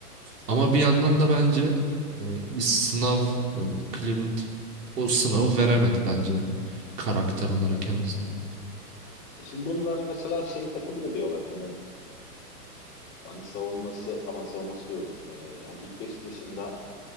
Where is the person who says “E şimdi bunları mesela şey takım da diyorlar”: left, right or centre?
Left